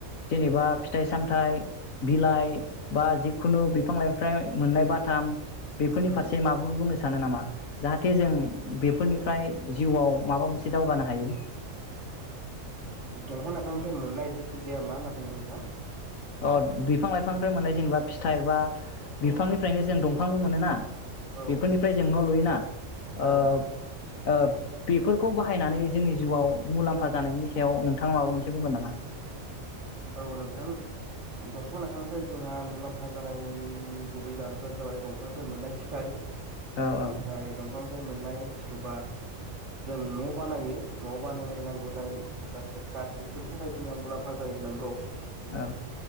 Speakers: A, on the left; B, on the right.
A: जेनेबा फिथाइ सामथाइ बिलाइ बा जिखुनु बिफां लाइफ्राय मोननाय बाथाम बेफोरनि
B: उम
A: फारसे माबाफोर बुंनो सानो नामा जाहाथे जों बेफोरनिफ्राय जिउआव माबा मोनसे दावगानो हायो।
B: दंफां लाइफांनिफ्राय मोननाय जेखि जाया मा होनना बुंदों नोंथां
A: अ बिफां लाइफांनिफ्राय मोननाय जेनेबा फिथाइ बा बिफांनिफ्रायनो
B: औ
A: जों दंफ फांबो मोनो ना
B: औ
A: बेफोरनिफ्राय जों न लुयोना ओ
B: औ
A: ओ बेफोरखौ बाहायनानै जोंनि जिउआव मुलाम्फा जानायनि सायाव नोंथाङा माबा मोनसे बुंगोन नामा?
B: औ नोंथां दंफां लाफानिफ्राय जोंहा मुलाम्फा जाना नायनि गुबै जाहोनफोरानो जाबाय दंफांनिफ्राय मोननाय फिथाइ
A: औ औ
B: ओमफ्राय दंफां फाय मोननाय जिथुबा जों न बानायो। नआव बानायनाय नांगौ जाय जायफोर काड बेफोरनि थाखाय जोंहा मुलाम्फा जायो नों औ
A: औ